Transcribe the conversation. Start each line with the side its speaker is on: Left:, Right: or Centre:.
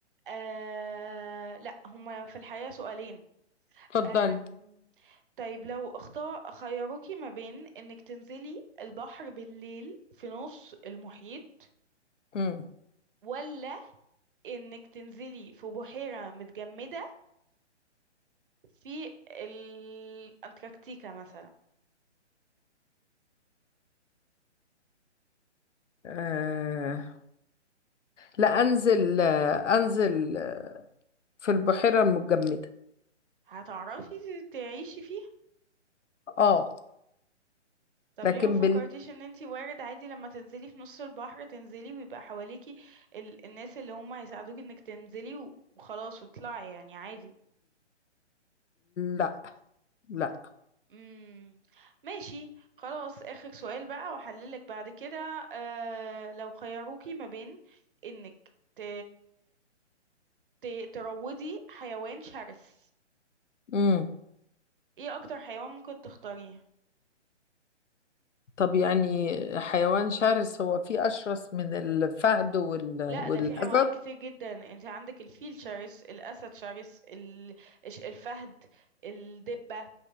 Right: آه لا هما في الحقيقة سؤالين
Left: اتفضلي
Right: آم، طيب لو اختار خيروكي ما بين انك تنزلي البحر بالليل في نص المحيط
Left: مم.
Right: ولا انك تنزلي في بحيرة متجمدة في الأنتاركتيكا مثلا
Left: آه، لا أنزل آه، أنزل آه، في البحيرة المجمدة
Right: هتعرفي تعيشي فيها
Left: آه
Right: طب
Left: لكن
Right: ليه ما فكرتيش
Left: بال
Right: ان انتي وارد عادي لما تنزلي في نص البحر تنزلي ويبقى حواليكي ال... الناس اللي هم هيساعدوكي انك تنزلي و- وخلاص وطلعي يعني عادي
Left: لا لا
Right: امم ماشي خلاص اخر سؤال بقى واحللك بعد كده آه... لو خيروكي ما بين انك ت... ت... تروضي حيوان شرس
Left: مم.
Right: ايه اكتر حيوان ممكن تختاريه
Left: طب يعني حيوان شرس هو فيه أشرس من الفهد وال... والأسد
Right: لا ده في حيوانات كتير جدا انت عندك الفيل شرس الاسد شرس ال... الش- الفهد الدبة